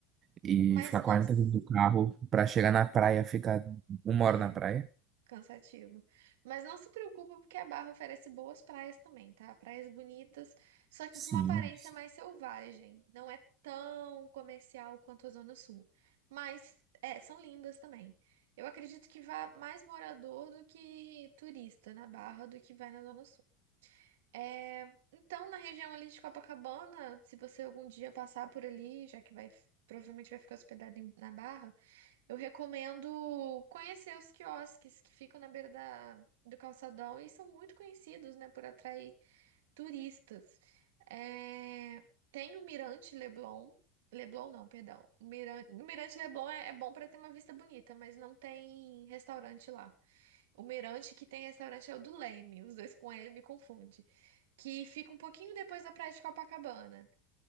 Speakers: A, on the right; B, on the right.
A: E
B: Mas
A: ficar
B: não.
A: 40
B: s-
A: minutos do carro pra chegar na praia, ficar uma hora
B: é.
A: na praia.
B: Cansativo. Mas não se preocupa, porque a Barra oferece boas praias também, tá? Praias bonitas, só que
A: Sim,
B: com uma aparência
A: sim.
B: mais selvagem. Não é tão comercial quanto a Zona Sul. Mas é, são lindas também. Eu acredito que vá mais morador do que turista na Barra do que vai na Zona Sul. É, então, na região ali de Copacabana, se você algum dia passar por ali, já que vai, provavelmente vai ficar hospedado em- na Barra. Eu recomendo conhecer os quiosques que ficam na beira da, do calçadão e são muito conhecidos, né, por atrair turistas. É, tem o Mirante Leblon. Leblon não, perdão. O Miran- o Mirante Leblon é, é bom para ter uma vista bonita, mas não tem restaurante lá. O Mirante que tem restaurante é o do Leme, os dois com L me confunde, que fica um pouquinho depois da Praia de Copacabana.